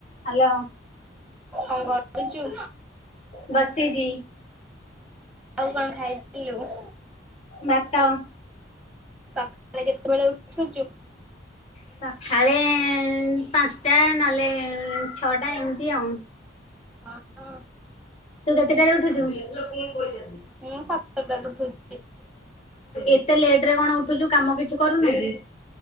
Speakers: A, on the left (about 35°); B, in the centre.
A: Hello.
B: କଣ କରୁଚୁ?
A: ବସିଛି
B: ଆଉ କଣ ଖାଇଥିଲୁ?
A: ବାତ।
B: ସକାଳେ କେତେବେଳେ ଉଠୁଛୁ?
A: ସଖାଳେ ପାଞ୍ଚଟା ନହେଲେ ଛଅଟା ଏମିତି ଆଉ।
B: ଆ ହୋ।
A: ତୁ କେତେଟାରେ ଉଠୁଛୁ?
B: ମୁ ସାତଟାରେ ଉଠୁଛି।
A: ଏତେ ଲେଟ୍ ରେ କଣ ଉଠୁଛୁ କାମ କିଛି କରୁନି କି?